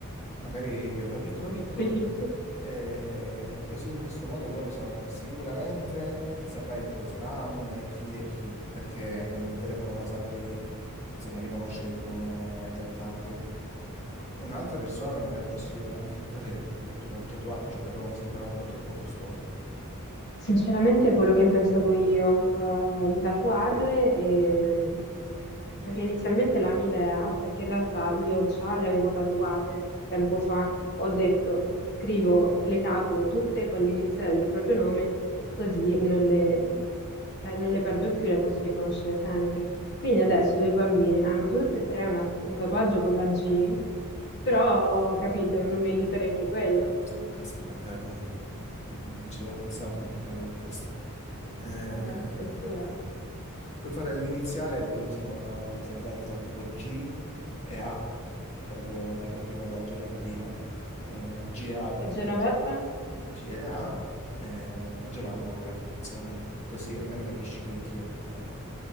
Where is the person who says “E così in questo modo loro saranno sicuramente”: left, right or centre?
Left